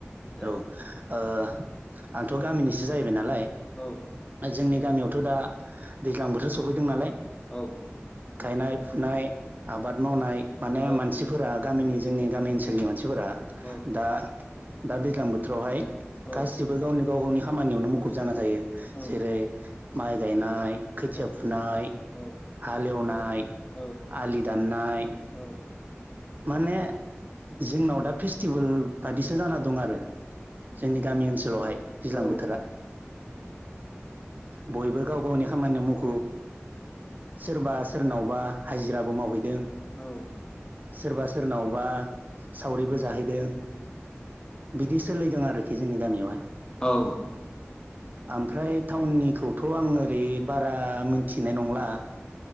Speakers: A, on the left; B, on the right.
A: दे
B: औ ओ आंथ' गामिनिसो जाहैबाय नालाय
A: औ
B: जोंनि गामियाव थ' दा दैज्लां बोथोर सफैदों नालाय।
A: औ।
B: गायनाय फुनाय आबाद मावनाय माने
A: औ
B: मानसिफोरा गामिनि जोंनि गामि ओनसोलनि मानसि फोरा
A: औ
B: दा दा दैज्लां बोथोरावहाय
A: औ
B: गासिबो गावनि गाव गावनि खामानियावनो मुखुब जाना थायो
A: औ
B: जेरै माइ गायनाय। खोथिया
A: औ
B: फुनाय
A: औ
B: हालेवनाय
A: औ
B: आलि दान्नाय।
A: औ
B: माने जोंनाव दा फिस्टिबोल बादिसो जाना दं आरो। जोंनि गामि ओनसोलावहाय दैज्लां बोथोरा।
A: औ
B: बयबो गाव गावनि खामानियाव मुखुब सोरबा सो सोरनावबा हाजिराबो मावहैद
A: औ।
B: सोरबा सोरनावबा सावरिबो जाहैदों। बिदि सोलिदों आरोखि जोंनि गामियावहाय।
A: औ।
B: ओमफ्राय टाउननिखौथ' आं ओरै बारा मिन्थिनाय नंला।